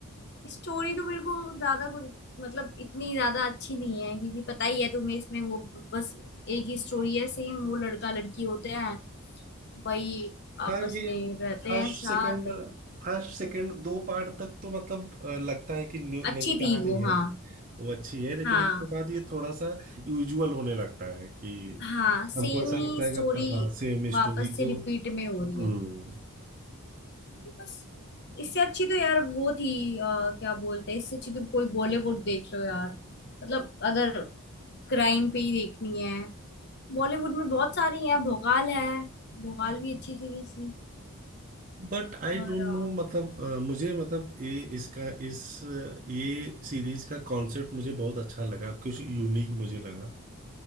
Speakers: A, on the left; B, on the right.
A: स्टोरी तो मेरे को ज्यादा कुछ मतलब इतनी ज्यादा अच्छी नहीं है क्योंकि पता ही है तुम्हें इसमें वो बस एक ही स्टोरी है सेम वो लड़का लड़की होते हैं वही
B: हाँ
A: आपस
B: ये
A: में रहते
B: फर्स्ट
A: हैं साथ
B: सेकंड फर्स्ट सेकंड दो पार्ट तक तो मतलब अ, लगता है कि न्यू- नई
A: अच्छी
B: कहानी
A: थी वो
B: है
A: हाँ
B: वो अच्छी है लेकिन
A: हाँ
B: उसके बाद ये थोड़ा सा यूजुअल होने लगता है कि
A: हाँ सेम
B: हमको ऐसा
A: ही
B: लगता है
A: स्टोरी
B: कि अब पता सेम
A: वापस
B: स्टोरी
A: से
B: को
A: रिपीट में हो रही
B: Hmm
A: है बस इससे अच्छी तो यार वो थी अ, क्या बोलते हैं इससे अच्छी तो कोई बॉलीवुड देख लो यार मतलब अगर क्राइम पे ही देखनी है बॉलीवुड में बहुत सारी है भोकाल है भोकाल भी अच्छी सीरीज थी
B: But I
A: और
B: don't
A: अ,
B: know मतलब अ, मुझे मतलब ये इसका इस अ, ये सीरीज का कॉन्सेप्ट मुझे बहुत अच्छा लगा कुछ यूनिक मुझे लगा